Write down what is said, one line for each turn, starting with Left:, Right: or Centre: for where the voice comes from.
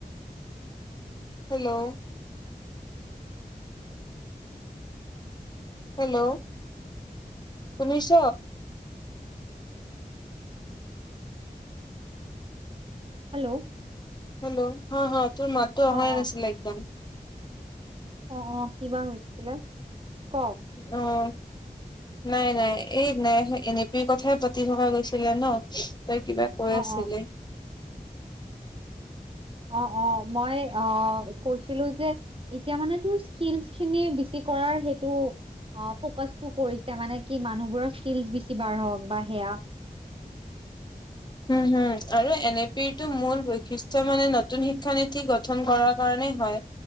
Left: হেল্লো'। হেল্লো' শুনিছ?
Right: হেল্লো'।
Left: হেল্লো' হা হা, তোৰ মততো
Right: অ',
Left: অহাই নাছিলে একদম।
Right: অঁ অঁ' কিবা হৈছিলে, কওক?
Left: অঁ। নাই নাই, এই নাই এন এ পিৰ কথাই পাতি থকা গৈছিলে ন' তই কিবা কৈ
Right: অ',
Left: আছিলি।
Right: অ'। অঁ অঁ' মই অঁ' কৈছিলো যে এতিয়া মানে তোৰ স্কিলছ খিনি বেছি কৰাৰ সেইটো অঁ' ফকাচটো কৰিছে মানে কি মানুহবোৰৰ স্কিলচ বেছি বাঢ়িক বা সেয়া
Left: উমঁ' হুম আৰু এন এ পিটো মূল বৈশিষ্টয় মানে নতুন শিক্ষানীতি গঠন কৰাৰ কাৰণেই হয়।